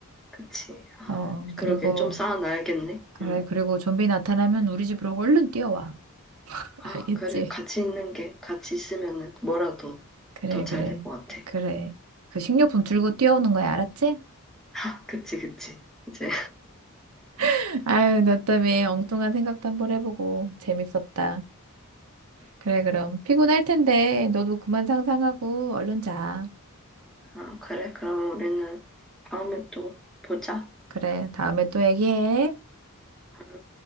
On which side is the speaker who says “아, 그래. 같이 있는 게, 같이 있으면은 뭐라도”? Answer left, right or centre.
Centre